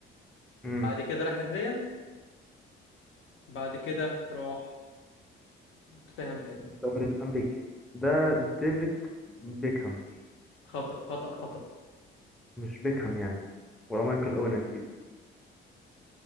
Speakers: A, in the centre; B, on the left.
A: امم
B: بعد كده راح الريال بعد كده راح توتنهام تاني
A: الدوري الامريكي ده ديفيد بيكهام
B: خطأ خطأ خطأ
A: مش بيكهام يعني ولا مايكل اوين اكيد